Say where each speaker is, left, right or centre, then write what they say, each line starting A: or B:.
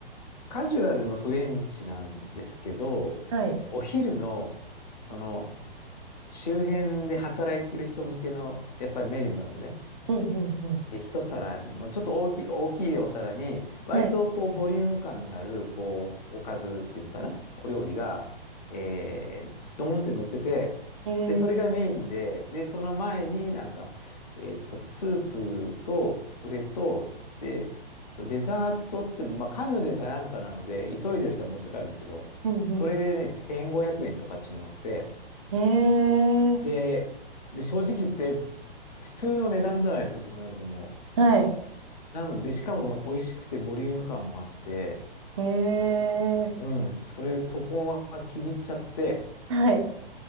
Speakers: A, on the left; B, on the right.
A: カジュアルのフレンチなんですけど、
B: はい。
A: お昼の、その、周辺で働いてる人向けの、やっぱりメニューなのね。
B: うんうんうん。
A: で、一皿の、ちょっと大きい、大きいお皿に、割とこう、
B: はい。
A: ボリューム感のある、こう、おかずっていうのかなお料理が、えー、ドーンって乗ってて、
B: ええ
A: で、それがメインで、で、その前になんか、えっと、スープと、それと、で、とデザートっつっても、まあ、カヌレかなんかなので、急いでる人は持って帰るんですけど、
B: うんう
A: それでね、1500円とかっていうのがあって、
B: ん。
A: で、
B: ええ
A: で、正直言って、普通の値段じゃないですか、そうなるとも
B: はい。
A: う。なので、しかも美味しくてボリューム感もあって、
B: ええ
A: うん、それ、そこは気に入っちゃって、
B: はい。